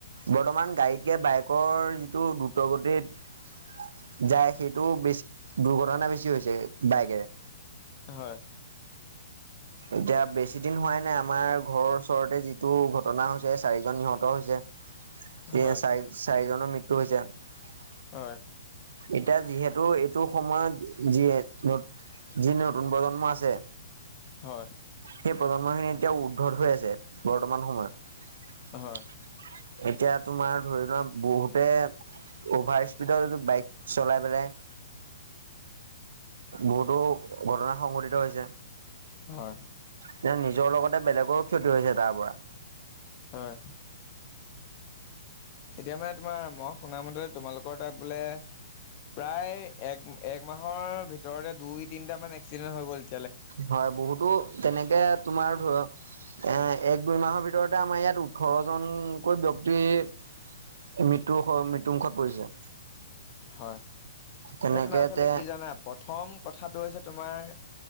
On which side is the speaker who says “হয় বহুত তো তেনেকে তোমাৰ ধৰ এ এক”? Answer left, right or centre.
Right